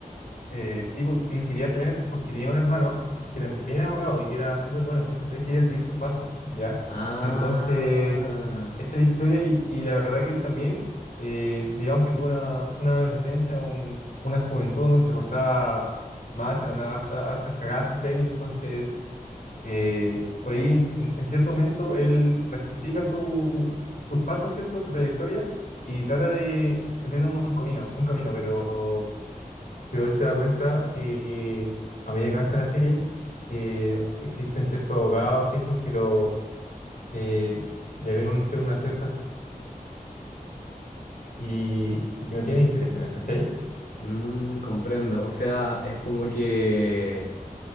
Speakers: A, on the left (about 70°); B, on the left (about 90°).
A: eh, sí, pues, él quería tener, porque tenía un hermano que también era abogado y que era súper bueno, entonces él quería seguir sus pasos, ¿ya?
B: Ah,
A: Entonces, esa es la historia y, y la verdad que él también, eh, digamos que tuvo una, una adolescencia, un- una juventud donde se portaba mal, se mandaba hasta, hasta cagadas, ¿cachai? Entonces, eh, por ahí en, en- en cierto momento él rectifica su, sus pasos, ¿cierto? Su trayectoria y trata de, de tener un buen camino, un camino, pero pero él se da cuenta que a medida que avanza la serie, que existen ciertos abogados, jefes que lo que le ven un- una cierta y, y que no tienen interés en él, ¿cachai?
B: mm, comprendo, o sea, es como que...